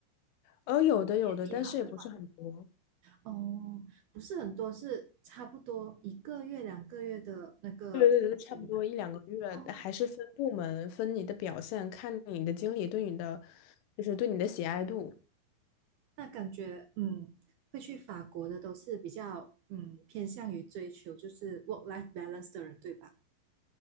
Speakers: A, on the left; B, on the right.
A: 哦，有的有的，
B: 业绩好的
A: 但是也不是很多。
B: 哦，不是很多，是差不多一个月两个月的那个薪水吗？
A: 对对对，差不多一两个月，
B: 哦，
A: 还是分部门，分你的表现，看你的经理对你的，就是对你的喜爱度。
B: 那感觉嗯，会去法国的都是比较嗯偏向于追求就是 work life balance 的人，对吧？